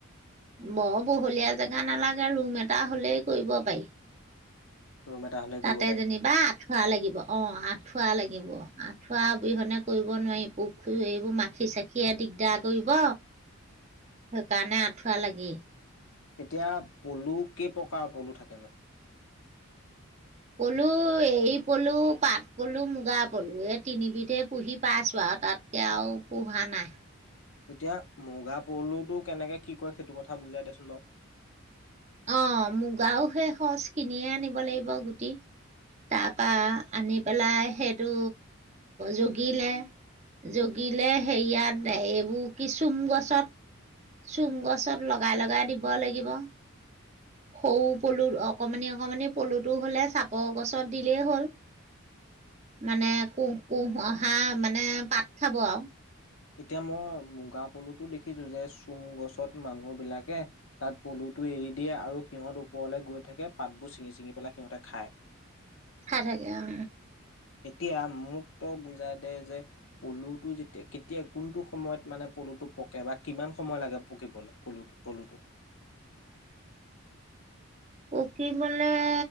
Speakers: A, on the right (about 30°); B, on the left (about 70°).
A: বৰ বহলীয়া জেগা নালাগে ৰুম এটা হলেই কৰিব পাৰি।
B: ৰুম এটা হলে
A: তাতে
B: কৰিব পাৰিম
A: যেনিবা আঠা লাগিব অ আঠ আঁঠুৱা লাগিব আঁঠুৱা অবিহনে কৰিব নোৱাৰি পুখুৰ এইবোৰ মাখি চাখিয়ে দিগদাৰ কৰিব সেইকাৰণে আঁঠুৱা লাগে।
B: এতিয়া পলু কেই প্ৰকাৰৰ পলু থাকে ন?
A: পলু, এৰ পলু, পাট পলু, মুগা পলু, এই তিনিবিধে পুহি পাইছো আৰু তাতকে আৰু পোহা নাই।
B: এতিয়া মুগা পলুটো কেনেকে কি কয় সেইটো কথা বুজাই দেচোন বাৰু?
A: অ', মুগাও সেই সজ কিনিয়ে আনিব লাগিব। গুটি তাৰপা আনি পেলাই সেইটো জগিলে জগিলে হেৰিয়াত এইবোৰ কি চোম গছত চোম গছত লগাই-লগাই দিব লাগিব। সৰু পলু অকমানি-অকমানি পলুটো হলে চাপৰ গছত দিলেই হ'ল। মানে কো পুহ হাঁ মানে পাত খাব আৱ।
B: এতিয়া মই মুগা পলুতো দেখিছো যে চোম গছত মানুহ বিলাকে তাত পলু টো এৰি দিয়ে আৰু সিহঁত ওপৰলৈ গৈ থাকে পাতবোৰ ছিঙি-চিঙি পেলাই সিহঁতে খায়।
A: খাই থাকে আহ
B: এতিয়া মোক ত বুজাই দে যে পলুটো যেতিয়া এতিয়া কোনটো সময়ত মানে পলুটো পকে বা কিমান সময় লাগে পকিবলৈ পলু পলুটো।
A: পকিবলৈ